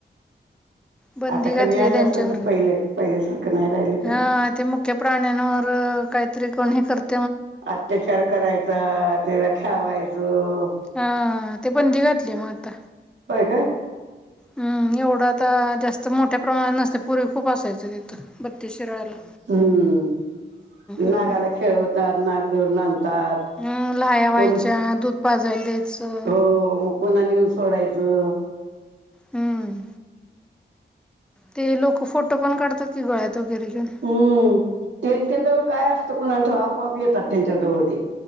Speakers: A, in the centre; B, on the right.
A: बंदी
B: आता
A: घातलीये
B: कमी आलं
A: त्यांच्यावर
B: असेल तर पहिले पहिल्यासारखं नाही राहिलं काय.
A: हा ते मग मुख्या प्राण्यांवर काहीतरी कोणी करत
B: अत्याचार करायचा त्याला खेळवायचं.
A: हा ते बंदी घातलीये नव्हं मग आता.
B: व्हय काय?
A: हम्म एवढं तर. जास्त मोठ्या प्रमाणात नसते, पूर्वी खूप असायचं तिथं बत्तीस शिराळयाला.
B: हम्म नागाला
A: हम्म
B: खेळवतात, नाग धरून आणतात.
A: हम् लाह्या व्हायच्या,
B: पण
A: दूध पाजायला द्यायचं.
B: हो मग पुन्हा न्यूउन सोडायचं.
A: हम्म ते लोकं फोटो पण काढतात की, गळ्यात वगैरे घ्यून.
B: हम् त्यांच्याजवळ काय असतं कुणालठाव आपो-आप येतात त्यांच्याजवळ ते